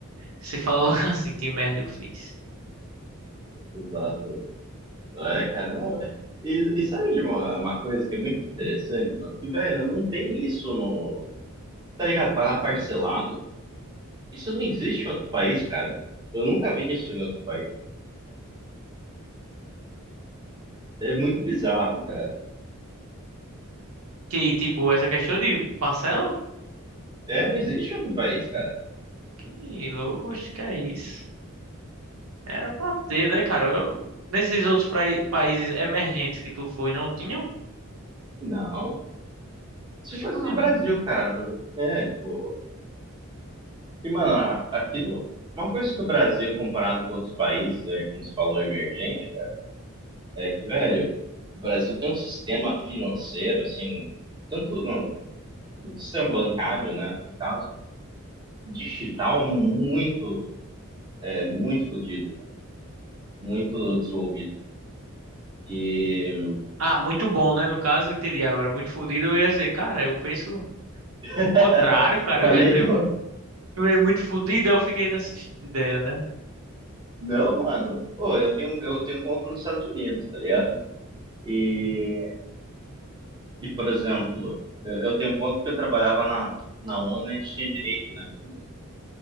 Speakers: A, on the right (about 75°); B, on the right (about 20°).
A: Você fala logo <laughs> assim: Que merda eu fiz.
B: Exato. É, cara, não, e, e sabe de uma, uma coisa que é muito interessante, mano? Que, velho, não tem isso no, tá ligado? Pagar parcelado. Isso não existe em outro país, cara. Eu nunca vi isso em outro país. É muito bizarro, cara.
A: Que, tipo, essa questão de parcela?
B: É, não existe em outro país, cara.
A: Que louco, acho que é isso. Era pra ter, né, cara? Eu- nesses outros prai- países emergentes que tu foi, não tinha?
B: Não. Isso
A: Caramba.
B: é coisa de Brasil, cara. É, tipo. E, mano, a- aquilo. Uma coisa que o Brasil, comparado com outros países, é, como você falou, emergente, cara, é que, velho, o Brasil tem um sistema financeiro, assim, tanto no, no sistema bancário, né, no caso, digital, muito, é, muito fodido, cara, muito desenvolvido. E
A: Ah, muito bom, né? No caso, entendi agora. Muito fodido, eu ia dizer, cara, eu penso. O
B: <laughs>
A: contrário, cara,
B: falei,
A: eu reservo.
B: do-
A: Eu é muito fodido, eu fiquei nessa ideia, né?
B: não, mano, pô, eu tenho, eu tenho conta nos Estados Unidos, tá ligado? E, e por exemplo, eu, eu tenho conta que eu trabalhava na, na ONU, a gente tinha direito, né, como,